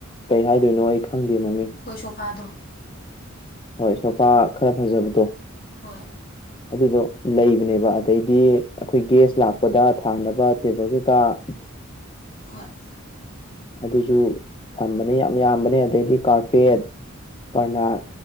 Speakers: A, on the left; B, on the left.
A: ꯀꯩ ꯍꯥꯏꯗꯣꯏꯅꯣ ꯑꯩ ꯈꯪꯗꯦ ꯃꯃꯤꯡ
B: ꯑꯩꯈꯣꯏ ꯁꯣꯐꯥꯗꯣ
A: ꯍꯣꯏ ꯁꯣꯄꯥ ꯈꯔ ꯐꯖꯕꯗꯣ
B: ꯍꯣꯏ
A: ꯑꯗꯨꯗꯣ ꯂꯩꯕꯅꯦꯕ ꯑꯗꯩꯗꯤ ꯑꯩꯈꯣꯏ ꯒꯦꯁ ꯂꯥꯛꯄꯗ ꯊꯥꯅꯕ ꯇꯦꯕꯜ ꯀꯩꯀꯥ ꯍ
B: ꯍꯣꯏ
A: ꯑꯗꯨꯁꯨ ꯊꯝꯕꯅꯦ ꯌꯥꯝ ꯌꯥꯝꯕꯅꯦ ꯑꯗꯩꯗꯤ ꯀꯥꯔꯄꯦꯠ ꯀꯔꯅꯥꯠ